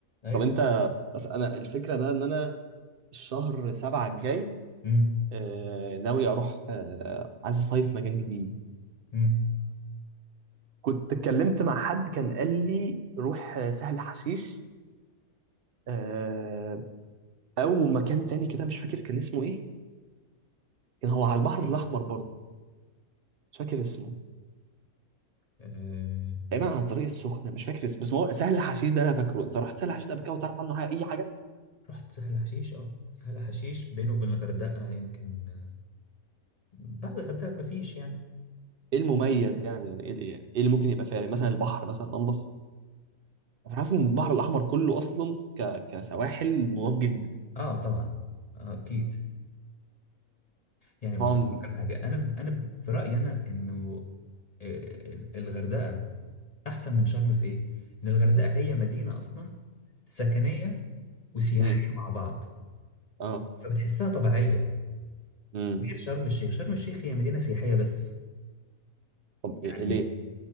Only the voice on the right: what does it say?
طب انت بس انا الفكره بقى ان انا الشهر سبعة الجاي
آه ناوي اروح آه عايز اصيف مكان جديد
كنت اتكلمت مع حد كان قال لي روح آه، سهل حشيش آه او مكان تاني كده مش فاكر كان اسمه ايه كان هو على البحر الاحمر برضه مش فاكر اسمه
تقريبا على طريق السخنه مش فاكر اسمه بس هو سهل حشيش ده انا فاكره انت رحت سهل حشيش ده قبل كده وتعرف عنه حاجه اي حاجه
ايه المميز يعني يعني ايه ايه إيه اللي ممكن يبقى فارق مثلا البحر مثلا انضف أنا حاسس ان البحر الاحمر كله اصلا ك... كسواحل نضاف جدا
طبعا
امم
اه
امم
طب
إيه إيه ليه